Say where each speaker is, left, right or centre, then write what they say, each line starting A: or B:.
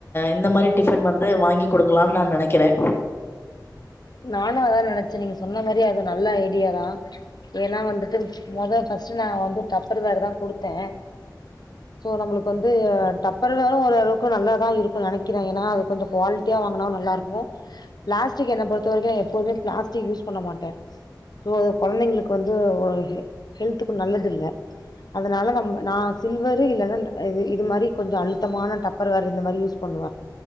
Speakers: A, on the left; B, on the left.
A: இந்த மாரி டிஃபன் வந்து வாங்கி கொடுக்கலான்னு நா நெனைக்கிறே
B: நானு அதா நெனச்சே நீங்க சொன்ன மாரி அது நல்ல ஐடியாதா ஏன்னா வந்துட்டு மொத ஃபர்ஸ்ட் நா வந்து டப்பர் வேர் தா குடுத்தே சோ நம்மளுக்கு வந்து டப்பர் வேரு ஓரளவுக்கு நல்லா தா இருக்கு நெனைக்கிறே ஏன்னா அது கொஞ்சொ குவால் ட்டியா வாங்குனா நல்லா இருக்கு பிளாஸ்டிக் என்ன பொறுத்த வரைக்கு எப்போதுமே பிளாஸ்டிக் யூஸ் பண்ண மாட்டே சோ அது கொழந்தைங்களுக்கு வந்து ஓ ஹெ ஹெல்த்துக்கு நல்லது இல்ல அதனால நம் நா சில்வரு இல்லன்னா ஆ இது மாரி கொஞ்ச அழுத்தமான டப்பர் வேரு இந்த மாரி யூஸ் பண்ணுவே